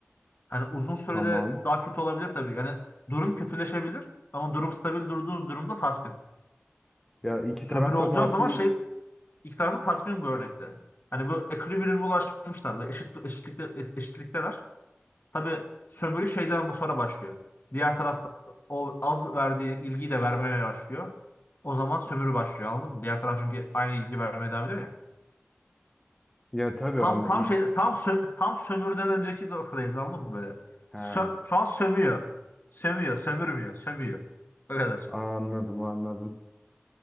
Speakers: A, on the left; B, in the centre.
A: Hani uzun sürede
B: Tamam.
A: daha kötü olabilir tabii. Yani durum kötüleşebilir ama durum stabil durduğunuz durumda tatmin.
B: Ya iki
A: Sömürü
B: taraf
A: olacağı
B: da tatmin...
A: zaman şey ilk tarafta tatmin bu örnekte. Hani bu ekvilibriyuma ulaşmışlar ve eşit, eşitlikte, e- eşitlikteler. Tabii sömürü şeyden bu sonra başlıyor. Diğer tarafta o az verdiği ilgiyi de vermeye başlıyor. O zaman sömürü başlıyor anladın mı? Diğer taraf çünkü aynı ilgi vermeye devam ediyor ya.
B: Ya tabii
A: Tam
B: am...
A: tam
B: i-
A: şey tam söm tam sömürüden önceki noktadayız anladın mı böyle?
B: Ha.
A: Sö- şu an sömüyor. Sömüyor, sömürmüyor, sömüyor. O kadar.
B: anladım anladım.